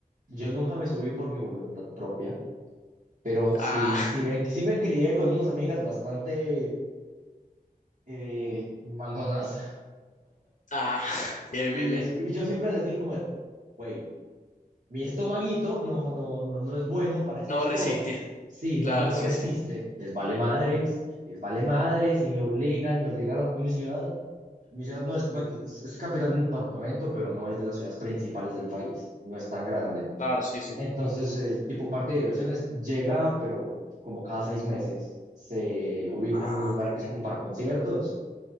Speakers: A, on the right (about 65°); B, on the left (about 60°).
A: yo nunca me subí por mi voluntad propia, pero sí,
B: Ah,
A: sí me, sí me crié con unas amigas bastante eh, mandonas.
B: <laughs> ah, bien,
A: Y,
B: bien, bien.
A: es, y yo siempre les dije como, de, güey, mi estomaguito no, no, no, no es bueno para estas
B: No va a
A: cosas.
B: resistir.
A: Sí, no,
B: Claro,
A: no
B: sí,
A: resiste.
B: sí.
A: Les vale madres, les vale madres y me obligan, me obligaron. Mi ciudad, mi ciudad no es, bueno, es, es capital de un departamento, pero no es de las ciudades principales del país. No es tan grande.
B: Claro, sí, sí.
A: Entonces, eh, tipo parque de diversiones llega, pero como cada seis meses se ubica
B: Ah,
A: en un lugar
B: bien,
A: que
B: bien.
A: es como para conciertos